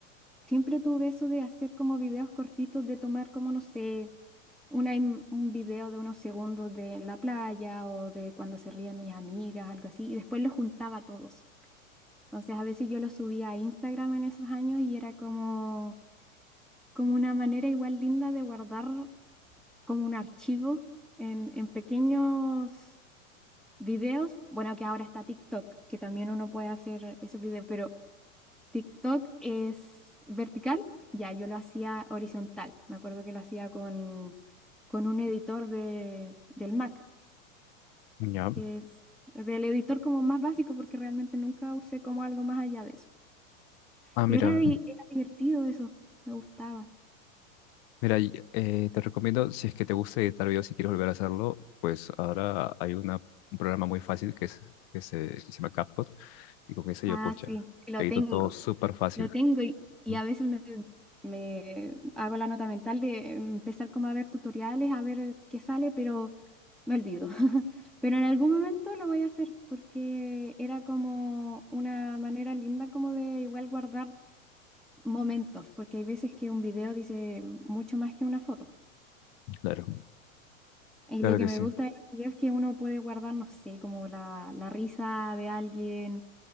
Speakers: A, in the centre; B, on the left.
A: siempre tuve eso de hacer como videos cortitos, de tomar como, no sé, una im- un video de unos segundos de la playa o de cuando se ríen mis amigas, algo así, y después los juntaba a todos. Entonces, a veces yo los subía a Instagram en esos años y era como, como una manera igual linda de guardar como un archivo en, en pequeños Videos, bueno, que ahora está TikTok, que también uno puede hacer esos videos, pero TikTok es vertical, ya yo lo hacía horizontal, me acuerdo que lo hacía con, con un editor de, del Mac,
B: Ya.
A: que es del editor como más básico, porque realmente nunca usé como algo más allá de eso,
B: Ah,
A: pero
B: mira.
A: era, di- era divertido eso, me gustaba.
B: Mira, y, eh, te recomiendo, si es que te gusta editar videos y quieres volver a hacerlo, pues ahora hay una, un programa muy fácil que, es, que se, que se llama CapCut y con eso yo,
A: Ah,
B: pucha,
A: sí, sí lo
B: edito
A: tengo.
B: todo súper fácil.
A: Lo tengo y, y
B: Ujú,
A: a veces me, me hago la nota mental de empezar como a ver tutoriales, a ver qué sale, pero me olvido. <laughs> Pero en algún momento lo voy a hacer porque era como una manera linda como de igual guardar momentos, porque hay veces que un video dice mucho más que una foto.
B: Claro,
A: Y
B: claro
A: lo que
B: que
A: me
B: sí.
A: gusta de los videos es que uno puede guardar, no sé, como la, la risa de alguien